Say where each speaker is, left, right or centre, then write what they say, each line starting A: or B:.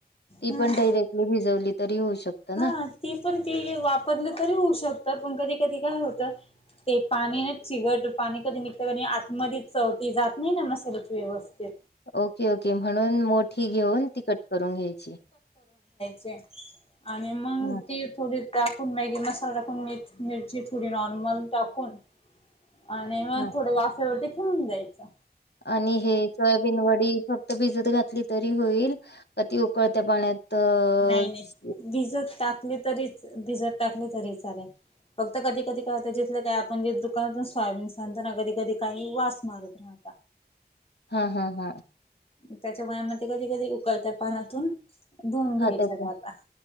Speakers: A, on the left; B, on the left.
A: हम्म
B: <unintelligible> पण डरेक्टली भिजवली तरी होऊ शकतं
A: हा
B: ना
A: ती पण ती वापरली तरी होऊ शकतात. पण कधी कधी काय होतं, ते पाणी ना चिगट पाणी कधी निघत कधी आतमध्ये चव ते जात नाही ना मशाल्याची व्यवस्थित.
B: ओके ओके म्हणून मोठी घेऊन तिकट करून घ्यायची.
A: ्या आणि मग
B: हा
A: ती थोडी टाकून मॅगी मसाला पन मी मिरची थोडी नॉर्मल टाकून आणि मग
B: हा
A: थोड्या वाफ्यावरती ठेऊन द्यायचा.
B: आणि हे सोयाबीन वडी फक्त भिजत घातली तरी होईल? अती उकळत्या पाण्यातज
A: नाही नाही भिजत टाकली तरीच भिजत टाकली तरी चालेल. फक्त कधी कधी काय होता जिथलं काय आपण ज दुकानातून सोयाबीन सांगताना कधी कधी काही वास मारत राहता.
B: हा हां हां
A: त्याच्या वयामध्ये कधी कधी उकळत्या पानातून धुून घ्यायच्या
B: हा त्याचा
A: राहता.